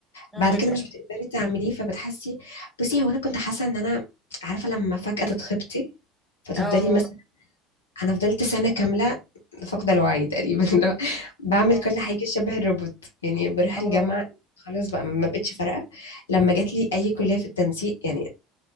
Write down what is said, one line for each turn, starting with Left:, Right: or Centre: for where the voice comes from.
Centre: امم
Left: بعد كده مش بتقدري تعمليه فبتحسي بصي هو انا كنت حاسة ان انا عارفة لما فجأة تتخبطي فتفضلي
Centre: اه
Left: مثلا انا فضلت سنه كامله فاقده الوعي تقريبا <laughs> اللي هو بعمل
Centre: اه
Left: كل حاجه شبه الروبوت يعني بروح
Centre: اه
Left: الجامعه خلاص بقى ما بقتش فارقه لما جات لي اي كليه في التنسيق يعني